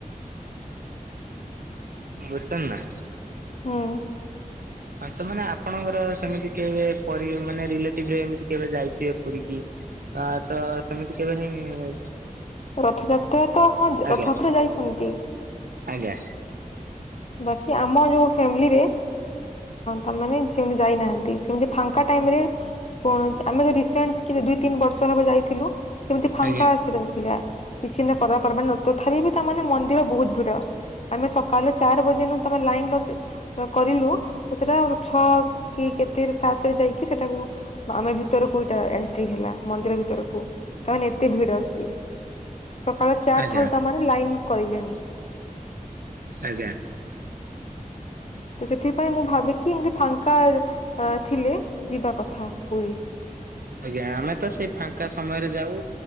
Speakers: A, on the right; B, on the left.
A: ବୁଚନ୍ତି ନା?
B: ହୁଁ।
A: ହଁ ତ ମାନେ ଆପଣଙ୍କର ସେମିତି କେବେ କରି ମାନେ ରିଲେଟିଭରେ ଏମିତି କେବେ ଯାଇଥିବେ ପୁରୀ କି? ହ ତ ସେମିତି କେବେ ହେଇ
B: ରଥଯାତ୍ରା ତ ହଁ
A: ଆଜ୍ଞା
B: ରଥଯାତ୍ରା ଯାଇଚନ୍ତି।
A: ଆଜ୍ଞା
B: ବାକି ଆମ ଯୋଉ ଫେମିଲିରେ ତାମାନେ ସେମି ଯାଇନାହାନ୍ତି ସେମତି ଫାଙ୍କା ଟାଇମରେ କଣ ଆମେ ତ ରିସେଣ୍ଟ କେତେ ଦୁଇ ତିନି ବର୍ଷ ହବ ଯାଇଥିଲୁ ସେମିତି ଫାଙ୍କା
A: ଆଜ୍ଞା
B: ଆସିଥା କିଛି ନ ପର୍ବ ପର୍ବାଣି ନ ତଥାପି ବି ତା ମାନେ ମନ୍ଦିର ବହୁତ ଭିଡ ଆମେ ସକାଲେ ଚାର ବଜେ ଯେନୁ ତମେ ଲାଇନ ଲଗ କରିଲୁ ତ ସେଟା ଛଅ କି କେତେ ସାତରେ ଯାଇକି ସେଟାକୁ ଆମେ ଭିତରକୁ ଏଇଟା ଏଣ୍ଟ୍ରି ହେଲା ମନ୍ଦିର ଭିତରକୁ। ତା ମାନେ ଏତେ ଭିଡ ଅସି। ସକାଳ ଚାରି
A: ଆଜ୍ଞା
B: ଠାରୁ ତାମର ଲାଇନ୍ କ‌ରିଲେଣି।
A: ଆଜ୍ଞା।
B: ତ ସେଥିପାଇଁ ମୁଁ ଭାବିକି ମୋ ଫାଙ୍କା ଥିଲେ ଯିବା କଥା ପୁରି।
A: ଆଜ୍ଞା ଆମେ ତ ସେଇ ଫାଙ୍କା ସମୟରେ ଯାଉ